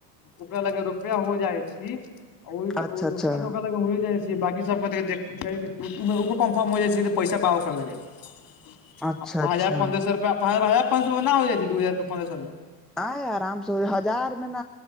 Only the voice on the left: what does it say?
ओकरा लागै रुपआ हो जाइ छी रुपा
तऽ ओकरा लग होए जाइ छै बाकि सब देखै कन्फर्म हो जाइ छै पैसा बा ओकरा लगे हजार
पन्द्रह सौ रुपैया हजार पन्द्रह सौ मे नहि हो जाइ छै दू हजार रुपैया पन्द्रह सौ मे